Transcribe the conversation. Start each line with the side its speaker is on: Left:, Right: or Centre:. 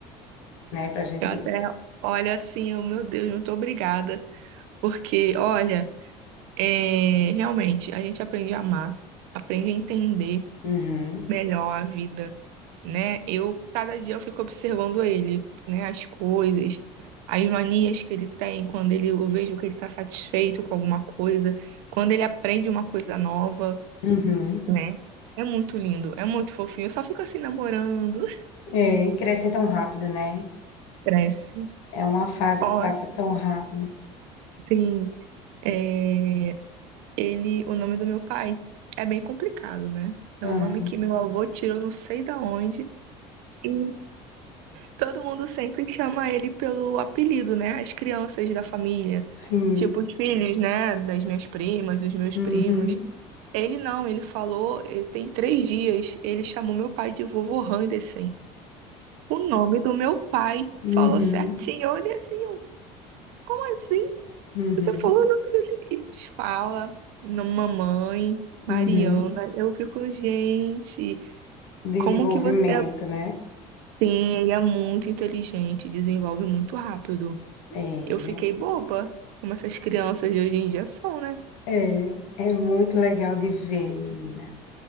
Left: né? Pra gente.
Right: Eu até olho assim, eu, meu Deus, muito obrigada. Porque, olha, é, realmente, a gente aprende a amar, aprende a entender
Left: Uhum.
Right: melhor a vida, né? Eu, cada dia, eu fico observando ele, né? As coisas, as manias que ele tem, quando ele, eu vejo que ele tá satisfeito com alguma coisa, quando ele aprende uma coisa nova,
Left: Uhum.
Right: né? É muito lindo, é muito fofinho. Eu só fico assim, namorando.
Left: É, e crescem tão rápido, né?
Right: <laughs> Cresce.
Left: É uma fase
Right: Ó,
Left: que passa tão rápido.
Right: sim. É, ele, o nome do meu pai é bem complicado, né? É
Left: Aham.
Right: o nome que meu avô tirou não sei da onde. E todo mundo sempre chama ele pelo apelido, né? As crianças da família,
Left: Sim.
Right: tipo os filhos, né? Das minhas primas, dos meus
Left: Uhum.
Right: primos. Ele não, ele falou, eh, tem três dias, ele chamou meu pai de vovô Henderson. O nome do meu pai
Left: Uhum.
Right: falou certinho. Eu assim, eu, como assim?
Left: Uhum.
Right: Você falou o nome dele e eles fala, no mamãe, Mariana.
Left: Uhum.
Right: Eu fico, gente,
Left: Desenvolvimento,
Right: como que você é
Left: né?
Right: assim? Ele é muito inteligente, desenvolve muito rápido.
Left: É,
Right: Eu fiquei boba, como essas crianças de hoje em dia são, né?
Left: é, é muito legal de ver, menina.